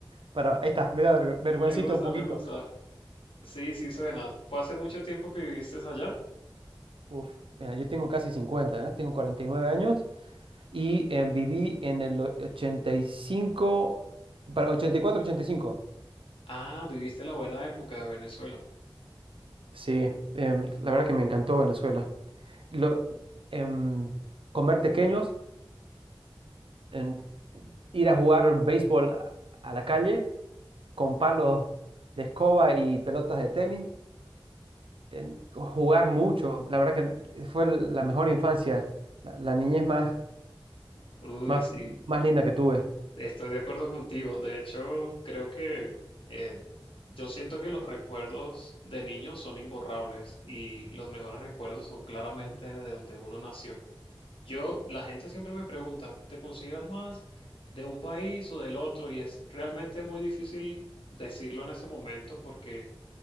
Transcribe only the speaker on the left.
Me gusta,
me gusta. Sí, sí suena. ¿Fue hace mucho tiempo que viviste allá?
Ah, viviste la buena época de Venezuela.
Uy,
sí.
Estoy de acuerdo contigo. De hecho, creo que eh, yo siento que los recuerdos de niños son imborrables y los mejores recuerdos son claramente
de donde uno nació. Yo, la gente siempre me pregunta, ¿te consideras más de un país o del otro? Y es realmente muy difícil decirlo en ese momento porque